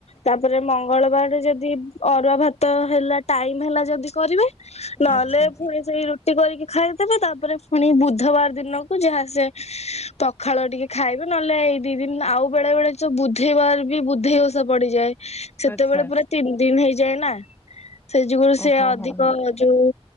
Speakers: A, on the left; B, on the left.
A: ତାପରେ ମଙ୍ଗଳବାରରେ ଯଦି ଅରୁଆ ଭାତ ହେଲା ଟାଇମ ହେଲା ଯଦି କରିବେ। ନହେଲେ
B: ଆଚ୍ଛା
A: ପୁଣି ସେଇ ରୁଟି କରିକି ଖାଇଦେବେ ତାପରେ ପୁଣି ବୁଧବାର ଦିନକୁ ଯାହା ସେ ପଖାଳ ଟିକେ ଖାଇବେ ନହେଲେ ଏଇ ଦି ଦିନ ଆଉ ବେଳେ ବେଳେ ଯ। ବୁଧେଇବାର ବି ବୁଧେଇ ଓଷା ପଡିଯାଏ ସେତେବେଳେ
B: ଆଚ୍ଛା।
A: ପୁରା ତିନି ଦିନ ହେଇଯାଏ ନା। ସେ ଯୁଗୁରୁ ସେ
B: ଓହୋ
A: ଅଧିକ
B: ହଁ ହଁ
A: ଯୋଉ